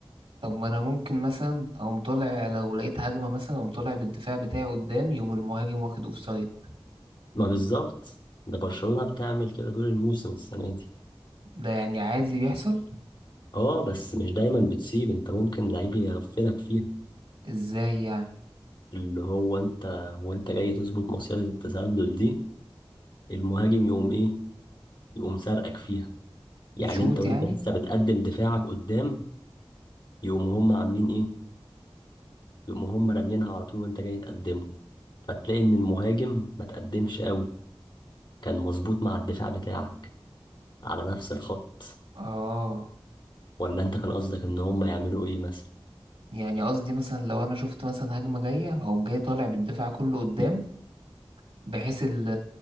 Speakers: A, on the right; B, on the left.
A: طب ما انا ممكن مثلا اقوم طالع لو لقيت هجمة مثلا اقوم طالع بالدفاع بتاعي قدام يقوم المهاجم واخد اوفسايد
B: بالظبط ده برشلونة بتعمل كده طول الموسم السنة دي
A: ده يعني عادي بيحصل
B: اه بس مش دايما بتسيب انت ممكن لعيب يغفلك فيها
A: ازاي يعني
B: اللي هو انت وانت جاي تظبط مصيدة التسلل دي المهاجم يقوم ايه يقوم سرقك فيها يعني
A: يشوط
B: انت وانت
A: يعني
B: لسه بتقدم دفاعك قدام يقوموا هم عاملين ايه يقوموا هم راميينها على طول وانت جاي تقدمه فتلاقي ان المهاجم ما تقدمش قوي كان مظبوط مع الدفاع بتاعك على نفس الخط
A: اه
B: ولا انت كان قصدك ان هم يعملوا ايه مثلا
A: يعني قصدي مثلا لو انا شفت مثلا هجمة جاية او جاي طالع بالدفاع كله قدام بحيث ال-